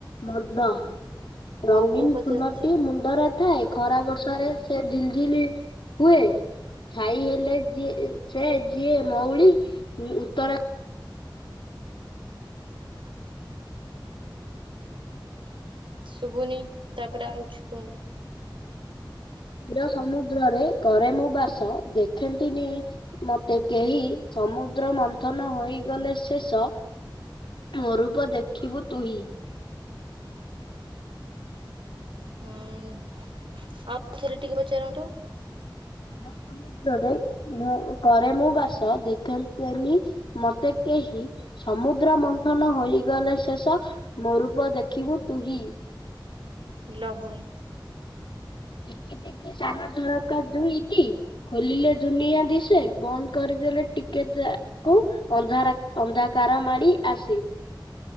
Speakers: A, on the left; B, on the right.
A: ମଦ, ରଙ୍ଗୀନ
B: ହଉ ମୁଁ ପଚାରୁଛି।
A: ଫୁଲଟି ମୁଣ୍ଡରେ ଥାଏ ଖରା ବର୍ଷ ରେ ସେ ଝିଲ୍ ଝିଲ୍ ହୁଏ। ଛାଇ ହେଲେ ଯିଏ ଏ ସେ ଯିଏ ମଉଳି କି ଉତ୍ତର
B: ଶୁଭୁନି ତାପରେ ଆଉ ଛୁ କହନ୍ତୁ।
A: କ୍ରୟ ସମୁଦ୍ରରେ କରେ ମୁଁ ବାସ ଦେଖେନ୍ତିନି ମତେ କେହି ସମୁଦ୍ର ମନ୍ଥନ ହୋଇଗଲେ ଶେଷ ମୋ ରୂପ ଦେଖିବୁ ତୁହି
B: ହୁଁ ଆଉଥରେ ଟିକେ ପଚାରନ୍ତୁ।
A: ଯ ସମ ରେ ମୁଁ କରେ ମୁଁ ବାସ ଦେଖନ୍ତନି ମତେ କେହି ସମୁଦ୍ର ମନ୍ଥନ ହୋଇଗଲେ ଶେଷ ମୋ ରୂପ ଦେଖିବୁ ତୁହି।
B: ଲହୁଣୀ
A: ଟିକେ ଟିକି ସାନ ରକା ଦୁଇଟି ଖୋଲିଲେ ଦୁନିଆ ଦିଶେ, ବନ୍ଦ କରିଦେଲେ ଟିକେ ଟା କୁ ଅନ୍ଧାର ଅନ୍ଧାକାର ମାଡ଼ି ଆସେ।